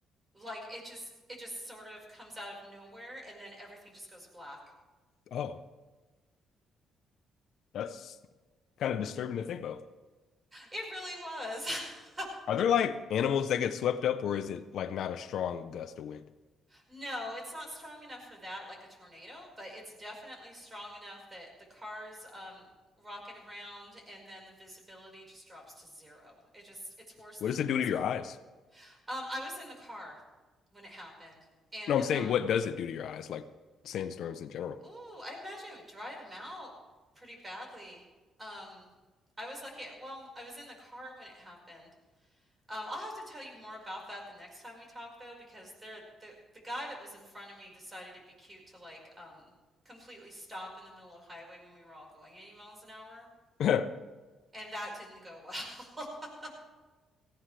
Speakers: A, on the right; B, on the left.
A: Like it just it just sort of comes out of nowhere and then everything just goes black.
B: Oh, that's kind of disturbing to think about.
A: It really was. <laughs>
B: Are there like animals that get swept up or is it like not a strong gust of wind?
A: No, it's not strong enough for that like a tornado, but it's definitely strong enough that the car's um rocking around and then the visibility just drops to zero. It just it's worse
B: What
A: than
B: does
A: a blizzard.
B: it do to your eyes?
A: Um I was in the car when it happened and
B: No, I'm saying
A: um
B: what does it do to your eyes, like sandstorms in general?
A: Ooh, I imagine it would dry them out pretty badly. Um, I was lucky well, I was in the car when it happened. Um, I'll have to tell you more about that the next time we talk though, because there the the guy that was in front of me decided it'd be cute to like um completely stop in the middle of highway when we were all going 80 miles an hour,
B: <laughs>
A: and that didn't go well. <laughs>